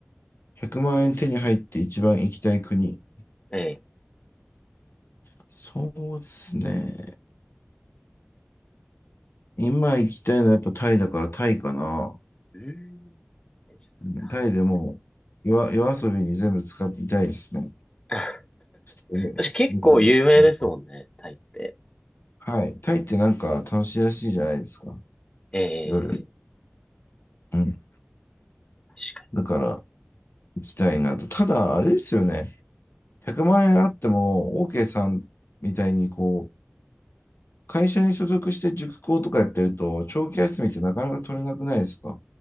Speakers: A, on the left; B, on the left.
A: 100万円手に入って一番行きたい国。
B: ええ。
A: そうですね。今行きたいのはやっぱタイだからタイかな。
B: うん。ですタイ。
A: うんタイでもう夜、夜遊びに全部使っていたいですね。
B: <laughs>
A: 普通に、普通に
B: 私結構有名ですもんね、
A: うん
B: タイって。
A: はい。タイってなんか楽しいらしいじゃないですか。
B: ええ。
A: 夜。うん。
B: 確かに。
A: だから行きたいなと。ただ、あれですよね。100万円あっても、OK さんみたいに、こう、会社に所属して塾講とかやってると、長期休みってなかなか取れなくないですか